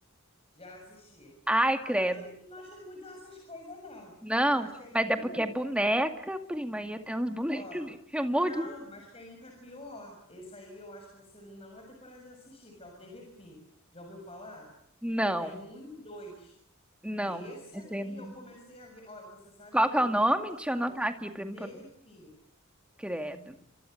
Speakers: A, on the left (about 30°); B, in the centre.
A: já assisti.
B: Ai,
A: Ah,
B: credo.
A: não achei, não achei muito essas coisas, não.
B: Não,
A: Mas tem
B: mas
A: um,
B: é porque é boneca, prima, e eu tenho uns bonecos
A: ó.
B: ali. Eu morro
A: Não,
B: de...
A: mas tem um que é pior. Esse aí eu acho que você não vai ter coragem de assistir, que é o Terrefi. Já ouviu falar?
B: Não,
A: Tem um e dois.
B: não.
A: Esse
B: Esse
A: aí
B: aí eu não-
A: eu comecei a ver. Ó, você sabe
B: Qual
A: que eu
B: que é
A: amo
B: o nome?
A: filme de
B: Deixa
A: terror.
B: eu anotar aqui pra mim
A: Terrifia.
B: poder... Credo.